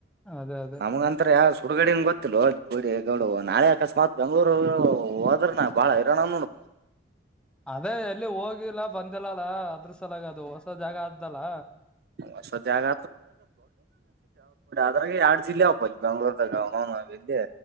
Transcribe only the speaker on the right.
ನಮ್ಗಂತರ ಯಾ ಹುಡುಗಡೆ ಗೊತ್ತಿಲ್ಲೊ ಅಲ್ಲಿ ಉಡೆಗಡೊ ನಾಳೆ ಅಕಸ್ಮಾತ್ ಬೆಂಗ್ಲರು ಹೋದ್ರ ನ ಬಾಳ ಹಿರೋಣ ನೋಡು
ಹೊಸ ಜಾಗ ಅದರಗೆ ಎರಡು ಜಿಲ್ಲೆ ಒಪ್ಪ ಈ ಈ ಬೆಂಗಳ್ರುದಗೆ ಅವನೌನ್ <unintelligible> ವಿದ್ಯೆ